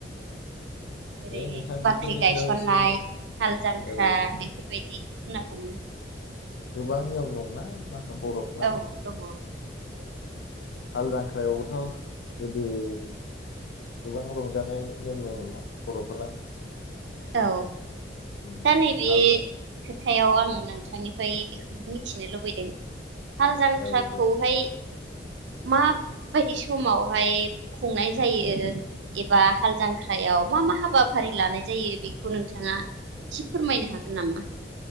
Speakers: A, on the right (about 80°); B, on the left (about 70°).
A: ओेरै
B: दे नोंथां
A: बाख्रि
B: बेफोरनि
A: गायसननाय
B: सायाव एसे
A: हाल जांख्रा
B: औ
A: बेफोरबायदि। होनना बुङो
B: गोबां नियम दंना मा बर'फ्रा
A: औ दङ औ
B: हाल जांख्रायावबोथ' गोदो गोबां रंजानाय नेम दंमोनना बर'फोरा
A: औ
B: उम,
A: दा नैबे
B: हाल
A: खोथायाव आं नोंथांनिफ्राय बेखौ मिथिनो लुबैदों हाल जांख्राखौहाय
B: औ दे
A: माबायदि समावहाय खुंनाय जायो एबा हाल जांख्रायाव मा मा हाबाफारि लानाय जायो बेखौ नोंथाङा थिग फोरमायनो हागोन नामा